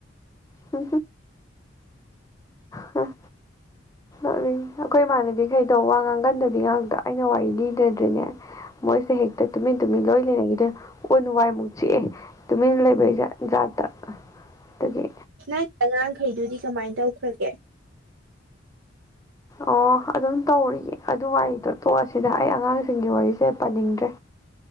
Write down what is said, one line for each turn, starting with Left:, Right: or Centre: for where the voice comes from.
Left: ꯍ ꯍꯝ ꯑꯩꯈꯣꯏ ꯏꯃꯥꯟꯅꯕꯤꯈꯩꯗꯣ ꯋꯥ ꯉꯥꯡꯒꯟꯗꯕꯤ ꯉꯥꯛꯇ ꯑꯩꯅ ꯋꯥꯔꯤ ꯂꯤꯗꯗ꯭ꯔꯤꯅꯦ ꯃꯣꯏꯁꯦ ꯍꯦꯛꯛꯇ ꯇꯃꯤ ꯇꯃꯤ ꯂꯣꯏ ꯂꯩ ꯀꯗ ꯑꯣꯏ ꯅꯨꯡ ꯋꯥꯏꯃꯨꯛ ꯆꯤꯛꯑꯦ ꯇꯨꯃꯤꯟꯅ ꯂꯩꯕꯠ ꯖꯥꯠꯇ ꯑꯗꯒꯤ
Right: ꯅꯪ ꯑꯉꯥꯡꯈꯩꯗꯨꯗꯤ ꯀꯃꯥꯏꯅ ꯇꯧꯈ꯭ꯔꯒꯦ
Left: ꯑꯣ ꯑꯗꯨꯝ ꯇꯧꯔꯤꯌꯦ ꯑꯗꯨ ꯋꯥꯔꯤꯗꯣ ꯇꯣꯛꯑꯁꯤꯗ ꯑꯩ ꯑꯉꯥꯡꯁꯤꯡꯒꯤ ꯋꯥꯔꯤꯁꯦ ꯄꯥꯅꯤꯡꯗ꯭ꯔꯦ